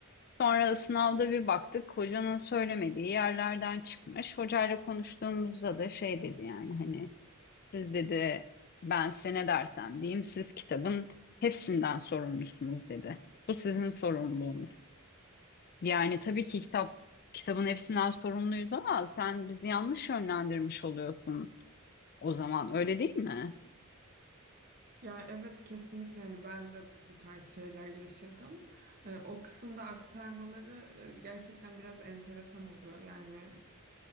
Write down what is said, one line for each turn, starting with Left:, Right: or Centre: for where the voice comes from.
Left: Sonra sınavda bir baktık hocanın söylemediği yerlerden çıkmış. Hocayla konuştuğumuzda da şey dedi yani hani siz dedi ben size ne dersem diyeyim siz kitabın hepsinden sorumlusunuz dedi. Bu sizin sorumluluğunuz. Yani tabii ki kitap kitabın hepsinden sorumluyuz ama sen bizi yanlış yönlendirmiş oluyorsun o zaman öyle değil mi?
Right: Ya evet kesinlikle hani ben de bu tarz şeyler yaşadım. Ee, o kısımda aktarmaları e, gerçekten biraz enteresan oluyor. Yani